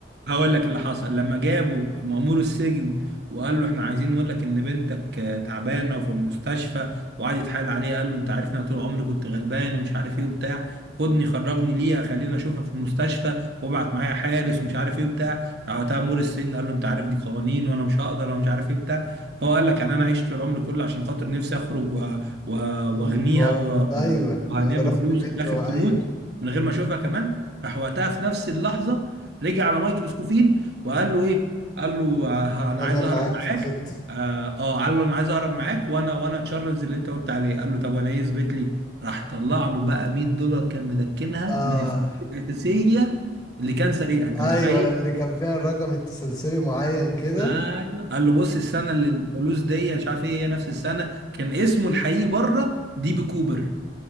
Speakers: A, on the right; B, on the left.
A: هقول لك اللي حصل لما جابوا مأمور السجن وقال له احنا عايزين نقول لك ان بنتك آه، تعبانه وفي المستشفى وقعد يتحايل عليه قال له انت عارفني انا طول عمري كنت غلبان ومش عارف ايه وبتاع خدني خرجني ليها خليني اشوفها في المستشفى وابعت معايا حارس ومش عارف ايه وبتاع راح وقتها مأمور السجن قال له انت عارف دي قوانين وانا مش هقدر وانا مش عارف ايه بتاع فهو قال لك يعني انا عشت طول عمري كله عشان خاطر نفسي اخرج و- و-
B: مم،
A: واغنيها
B: و-
A: و-
B: ايوه
A: وهنيها
B: وضربت
A: بالفلوس
B: بنت
A: وفي الاخر
B: و-
A: تموت
B: ايوه
A: من غير ما اشوفها كمان راح وقتها في نفس اللحظه رجع على مايكل سكوفيلد وقال له ايه قال له آه،
B: لا،
A: انا
B: انا
A: عايز
B: معاك
A: اهرب
B: في الخطه
A: معاك اه آه، قال له انا عايز اهرب معاك وانا وانا تشارلز اللي انت قلت عليه قال له طب وانا ايه اثبت لي راح طلع له بقى 100 دولار كان مدكنها
B: اه
A: من الفلوس الاساسيه اللي كان سريقها انت
B: ايوه
A: متخيل
B: اللي كان فيها الرقم التسلسلي معين كده
A: ايوه قال له بص السنه اللي الفلوس دي مش عارف ايه هي نفس السنه كان اسمه الحقيقي بره دي بي كوبر